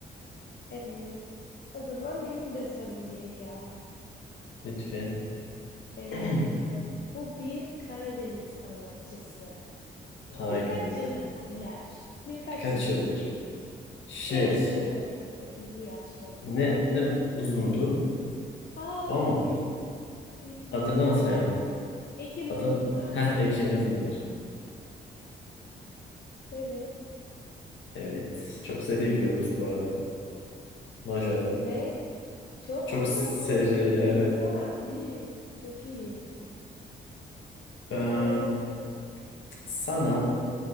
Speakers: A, on the left (about 50°); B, on the left (about 70°).
A: Evet. O zaman benim de sorum geliyor.
B: Lütfen.
A: Ee,
B: <clears throat>
A: bu bir Karadeniz sanatçısı.
B: Haydi.
A: Birkaç yıldır popüler. Birkaç
B: Birkaç
A: yıldır
B: yıldır.
A: popüler.
B: Şey.
A: Genç sayılabilir. otuzlu yaşlarında.
B: Ne ne uzundu
A: Aa
B: o mu?
A: bildin, bildin.
B: Adını
A: Sen
B: hatırlayamadım.
A: var ya. Ekin
B: Adam
A: Uzunlar.
B: Heh Ekin Uzunlar.
A: Evet.
B: Evet. Çok seri biliyoruz bu arada. Maşallah.
A: Ne? Çok
B: Çok
A: oynan
B: seri.
A: bu arada.
B: Evet.
A: İyiyiz ha. İyiyiz. Çok iyiyiz.
B: Eee,
A: O zaman
B: sana